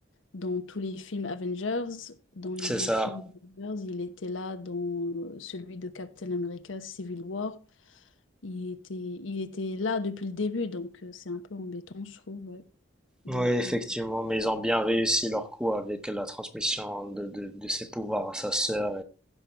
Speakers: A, on the left; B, in the centre.
A: dans tous les films Avengers, dans les
B: c'est
A: deux
B: ça
A: films Avengers, il était là dans euh, celui de Captain America Civil War. Il était, il était là depuis le début, donc euh, c'est un peu embêtant, je trouve. ouais. Donc
B: oui effectivement
A: euh,
B: mais ils ont bien réussi leur coup avec la transmission de, de, de ses pouvoirs à sa sœur